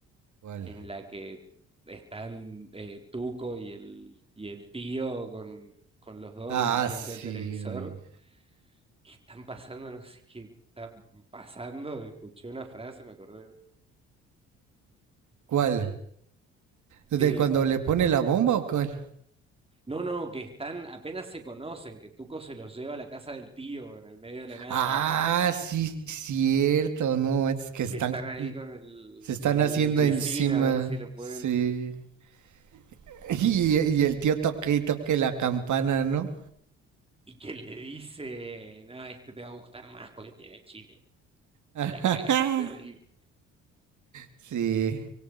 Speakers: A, on the right (about 60°); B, on the right (about 15°).
A: ¿Cuál?
B: en la que están eh, Tuco y el, y el tío con, con los dos
A: Ah,
B: frente
A: sí,
B: al televisor.
A: güey.
B: ¿qué están pasando? No sé qué está pasando. Escuché una frase, me acordé.
A: ¿Cuál? ¿De
B: Eh,
A: cuando le pone la bomba o cuál?
B: no, no, que están, apenas se conocen, que Tuco se los lleva a la casa del tío en el medio de la nada,
A: Ah, sí, cierto, no, es que están,
B: que están ahí con el,
A: se están
B: con
A: haciendo
B: el Ricin
A: encima,
B: a ver si lo pueden.
A: sí. <laughs> Y, y el tío toque y toque la campana, ¿no?
B: Y que le dice, no, este te va a gustar más porque tiene chile.
A: <laughs>
B: Y la caga, terrible.
A: Sí,